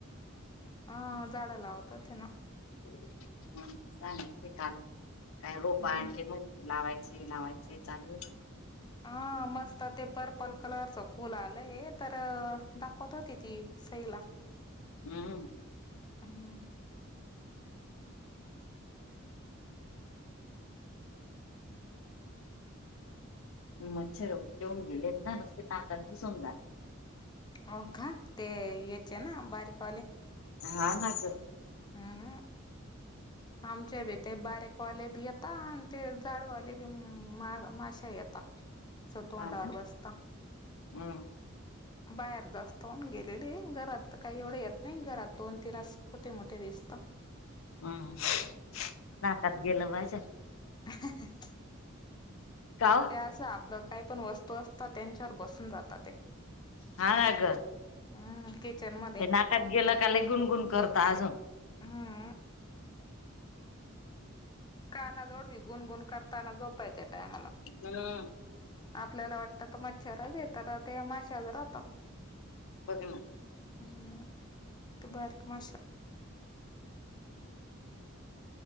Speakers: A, on the left; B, on the left.
A: अ झाडं लावतात ये ना
B: <unintelligible> सांगितली काल काय रोपा
A: हम्म
B: आणली म्हण लावायची लावायची चालू होती.
A: हा मस्त ते पर्पल कलरचं फुल आलंय तर दाखवत होती ती सईला
B: उहू.
A: अहू.
B: मच्छर ठेऊन गेलेत ना मस्ते <unintelligible> घुसून जात
A: हो का? ते याचे ना बारीकवाले
B: हा नाच
A: ह अ. आमच्या भी ते बारीकवाले भी येता आणि ते जाडवाले <unintelligible> मार माशा येता स तोंडावर
B: हा ना
A: बसता
B: हम्म.
A: बाहेर जास्त हून गेलेले घरात त काय एवढं येत नाई घरात दोन तीन अस कुठे मोठे दिसता
B: हम् नाकात गेलं माझ्या
A: <inaudible>
B: का ओ?
A: अस आपलं काही पण वस्तू असता त्यांच्यावर बसून जाता ते
B: हा ना ग
A: हम्म किचन मध्ये
B: ते नाकात गेलं का लई गुणगुण करत आजून
A: हम्म. काना जोवळ बी गुणगुण करता ना जोपायच्या टायमाला
B: <unintelligible>
A: आपल्याला वाटत तो मच्छरच येत आता ते माशा <unintelligible> राहता
B: बघ ना
A: हम् त बारीक माशा